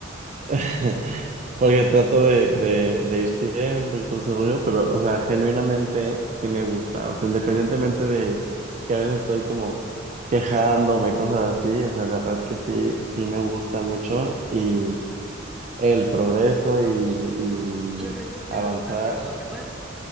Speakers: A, on the right; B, in the centre.
A: <laughs> porque trato de, de, de ir siempre y todo ese rollo, pero, o sea, genuinamente sí me gusta, o sea, independientemente de que a veces estoy como quejándome, cosas así, o sea, la verdad que sí, sí me gusta mucho y... El progreso y, y
B: Los resultados
A: avanzar,
B: más que todo, ¿verdad?